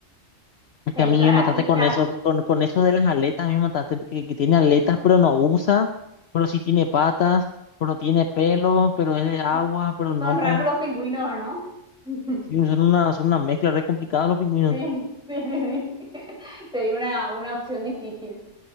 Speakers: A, on the left; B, in the centre.
A: Es
B: Sí,
A: que
B: Y
A: a mí
B: todas
A: me
B: las
A: mataste
B: pistas.
A: con eso, con, con eso de las aletas, a mí me mataste que, que tiene aletas, pero no usa, pero sí tiene patas, pero tiene pelo, pero es de agua,
B: Son,
A: pero no.
B: son raros los pingüinos, ¿no? <laughs>
A: Sí, son una, son una mezcla re complicada los pingüinos.
B: Sí, sí, sí, sí. <laughs> Te di una, una opción difícil.